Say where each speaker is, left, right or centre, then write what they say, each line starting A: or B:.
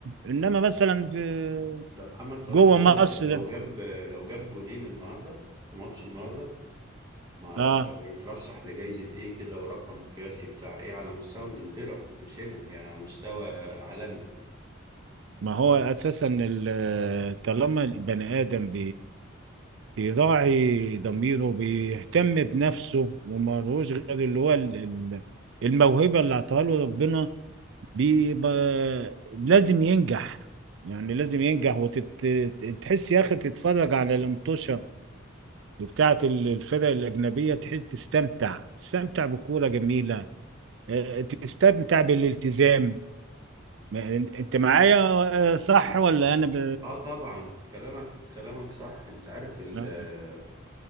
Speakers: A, on the right (about 60°); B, on the right (about 15°).
A: انما مثلا في
B: ده محمد صلاح
A: جوه
B: بيقول
A: مصر
B: لك لو جاب لو جاب جونين النهارده في ماتش النهارده ما اعرفش
A: اه
B: يترشح لجائزة ايه كده ورقم قياسي بتاع ايه على مستوى انجلترا مش هنا يعني على مستوى عالمي
A: ما هو اساسا ال- طالما البني ادم بيراعي ضميره بيهتم بنفسه ومالهوش غير اللي هو ال- ال- الموهبة اللي اعطاها له ربنا بيبقى لازم ينجح يعني لازم ينجح وتحس يا أخي تتفرج على الانطوشة بتاعة ال- الفرق الأجنبية تحس تستمتع تستمتع بكورة جميلة آه، تستمتع بالالتزام ما- أنت معايا آه، صح ولا أنا ب...
B: اه طبعا كلامك كلامك صح انت عارف ال-
A: آه